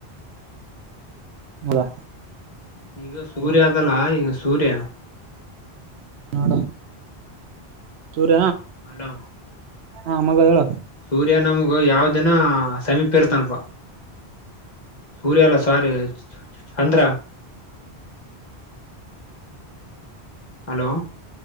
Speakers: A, on the right (about 80°); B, on the left (about 40°).
A: ಅವಾ
B: ಈಗ ಸೂರ್ಯ ಅದಲ್ಲ ಈಗ ಸೂರ್ಯ
A: ನೋಡ ತೂರ
B: ಅಲೋ
A: ಹಾ ಮಗ ಹೇಳ
B: ಸೂರ್ಯ ನಮಗು ಯಾವ ದಿನ ಸಮೀಪ ಇರ್ತನಪ ಸೂರ್ಯ ಎಲ್ಲ ಸಾರಿ ಚಂದ್ರ ಹಲೋ